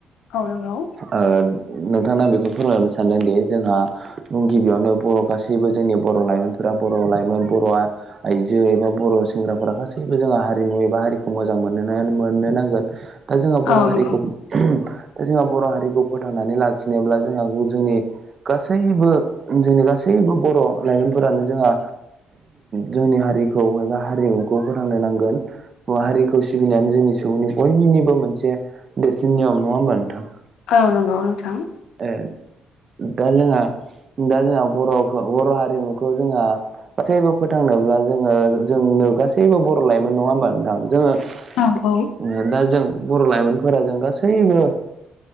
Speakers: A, on the left; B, on the right.
A: औ नंगौ।
B: ओ नोंथांनो आं बेखौनो फोरमायहरनो सानदोंदि जोंहा गिबियावनो बर' गासैबो जोंनि बर' लाइमोनफोरा बर' लाइमोन बर'आ आइजो एबा बर' सेंग्राफोरा गासैबो जोंहा हारिमु एबा हारिखौ मोजां मोननोनो मोननो नांगोन। दा जोंहा बर'
A: औ
B: हारिखौ
A: नंगौ
B: दा जोंहा बर' हारिखौ फोथांनानै लाखिनोब्ला जोंहा जोंनि सैनिबो जोंनि गासैबो बर' लाइमोनफोरानो जोंहा जोंनि हारिखौ एबा हारिमुखौ फोथांनो नांगोन। बर हारिखौ सिबिनायानो जोंनि सुबुंनि बयनिनिबो मोनसे देरसिन नियम नङा होमबा नोंथां?
A: औ नंगौ नोंथां।
B: ए दा जोंहा दा जोंहा बर'खो बर' हारिमुखौ जोंहा गासैबो फोथांनोब्ला जोङो जोंनो गासैबो बर' लाइमोन नङा होमबा नोंथां जोङो
A: औ औ।
B: उम दा जों बर' लाइमोनफोरा जों गासैबो